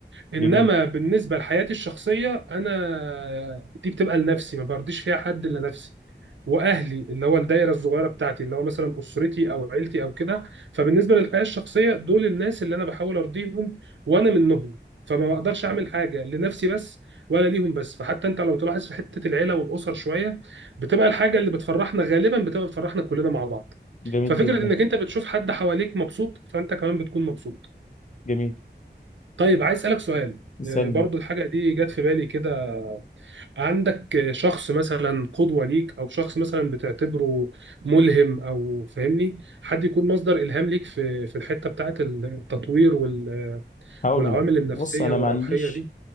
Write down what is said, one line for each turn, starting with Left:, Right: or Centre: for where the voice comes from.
Right: انما
Left: جميل
Right: بالنسبه لحياتي الشخصيه انا دي بتبقى لنفسي ما برضيش فيها حد الا نفسي واهلي اللي هو الدايره الصغيره بتاعتي اللي هو مثلا اسرتي او عيلتي او كده فبالنسبه للحياه الشخصيه دول الناس اللي انا بحاول ارضيهم وانا منهم فما بقدرش اعمل حاجه لنفسي بس ولا ليهم بس فحتى انت لو تلاحظ في حته العيله والاسر شويه بتبقى الحاجه اللي بتفرحنا غالبا بتبقى بتفرحنا كلنا مع بعض
Left: جميل
Right: ففكره
Left: جدا
Right: انك انت بتشوف حد حواليك مبسوط فانت كمان بتكون مبسوط
Left: جميل
Right: طيب عايز اسالك سؤال
Left: استنى
Right: آه، برضو الحاجه دي جت في بالي كده عندك شخص مثلا قدوة ليك أو شخص مثلا بتعتبره ملهم أو فاهمني حد يكون مصدر إلهام ليك في في الحتة بتاعة التطوير وال-
Left: هقول
Right: والعوامل
Left: لك
Right: النفسية
Left: بص انا
Right: والروحية
Left: ما عنديش
Right: دي